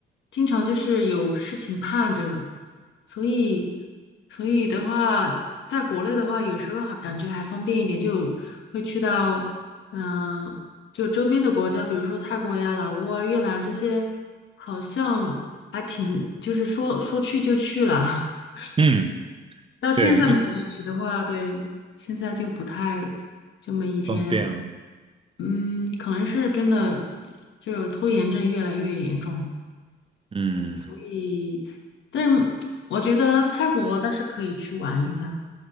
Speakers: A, on the left (about 70°); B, on the right (about 25°).
A: 经常就是有事情盼着，所以所以的话，在国内的话，有时候还感觉还方便一点，就会去到。嗯。就周边的国家，比如说泰国呀、老挝啊、越南这些，好像还挺，就是说说去就去了。<laughs>
B: 嗯，
A: 到现在为止的话，
B: 对，因
A: 对，现在就不太，就没以前，
B: 方便了，
A: 嗯，可能是真的，就拖延症越来越严重，
B: 嗯，
A: 所以，但是我觉得泰国倒是可以去玩一下。